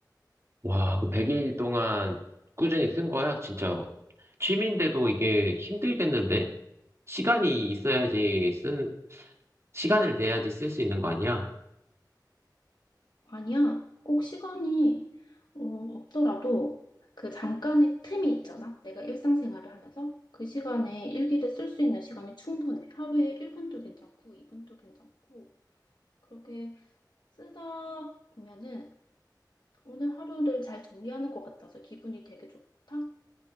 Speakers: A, on the right (about 40°); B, on the left (about 70°).
A: 와, 그 100일 동안 꾸준히 쓴 거야? 진짜. 취미인데도 이게 힘들겠는데? 시간이 있어야지 쓴, 시간을 내야지 쓸 수 있는 거 아니야?
B: 아니야, 꼭 시간이 어, 없더라도 그 잠깐의 틈이 있잖아. 내가 일상생활을 하면서 그 시간에 일기를 쓸 수 있는 시간이 충분해. 하루에 1분도 괜찮고 2분도 괜찮고 그렇게 쓰다 보면은 오늘 하루를 잘 정리하는 것 같아서 기분이 되게 좋다.